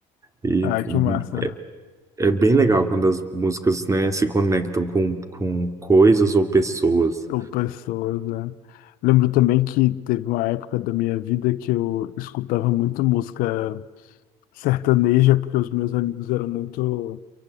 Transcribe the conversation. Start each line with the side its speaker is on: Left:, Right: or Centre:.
Right: E
Left: Ah, que
Right: hum,
Left: massa.
Right: é bem legal quando as músicas, né, se conectam com, com coisas ou pessoas.
Left: Ou pessoas, né? Lembro também que teve uma época da minha vida que eu escutava muito música sertaneja, porque os meus amigos eram muito